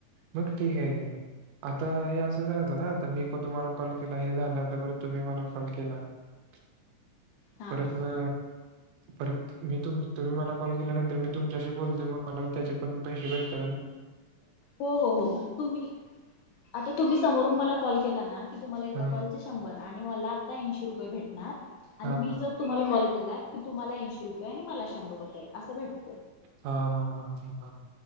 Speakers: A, on the right; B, on the left.
A: मग ठिक हाय हे. आता हे असंच राहतं ना, आता मी तुम्हाला कॉल केला हे झालं परत तुम्ही मला कॉल केला <inaudible>
B: हा
A: परत
B: हा
A: म परत मी तु तुम्ही मला कॉल केल्यानंतर मी तु मच्याशी बोलतो मला त्याचे पण पैसे भेटनारं
B: हो हो हो तुम्ही, आता तुम्ही समोरून मला कॉल केला ना तुम्हाला एका
A: हा
B: कॉलचे शंभर, आणि मला आता ऐशी रुपये भेटणार, आणि
A: हा
B: मी जर तुम्हाला कॉल केलाय. की तुमाला ऐंशी रुपय आणि मला शंभर रुपय, असं भेटतात.
A: हा हा.